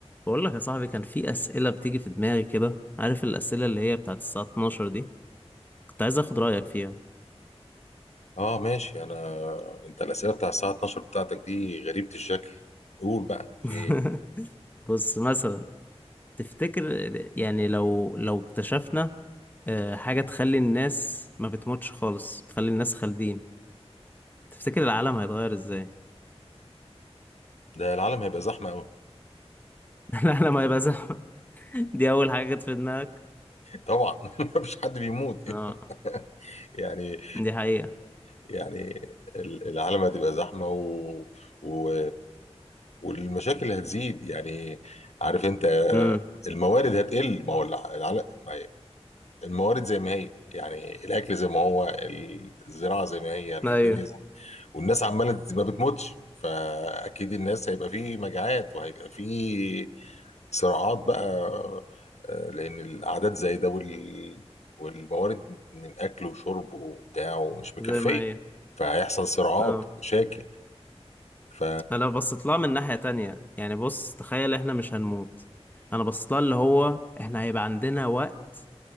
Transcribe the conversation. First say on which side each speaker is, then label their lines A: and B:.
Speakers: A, on the left; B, on the left.
A: بقول لك يا صاحبي كان في أسئلة بتيجي في دماغي كده عارف الأسئلة اللي هي بتاعت الساعة 12 دي كنت عايز أخد رأيك فيها
B: اه ماشي انا انت الاسئله بتاع الساعه 12 بتاعتك دي غريبه الشكل قول بقى في
A: <laughs>
B: ايه
A: بص مثلا تفتكر يعني لو لو اكتشفنا آه، حاجة تخلي الناس ما بتموتش خالص تخلي الناس خالدين تفتكر العالم هيتغير إزاي؟
B: ده العالم هيبقى زحمه قوي
A: <laughs> العالم هيبقى زحمة <laughs> دي أول حاجة جت في دماغك
B: طبعا <laughs> مفيش حد بيموت <laughs>
A: اه
B: يعني
A: دي حقيقة
B: يعني ال- العالم هتبقى زحمه و... و... والمشاكل اللي هتزيد يعني عارف انت
A: امم
B: الموارد هتقل ما هو الع- العالم ما هي الموارد زي ما هي يعني الاكل زي ما هو الزراعه زي ما هي الدنيا
A: أيوه
B: والناس عماله ما بتموتش فاكيد الناس هيبقى فيه مجاعات وهيبقى فيه صراعات بقى آه، لان الاعداد زي ده وال... والموارد من اكل وشرب وبتاع ومش مكفيه
A: زي ما هي
B: فهيحصل صراعات
A: اه
B: مشاكل ف
A: انا لو بصيت لها من ناحية تانية يعني بص تخيل احنا مش هنموت انا بصيت لها اللي هو احنا هيبقى عندنا وقت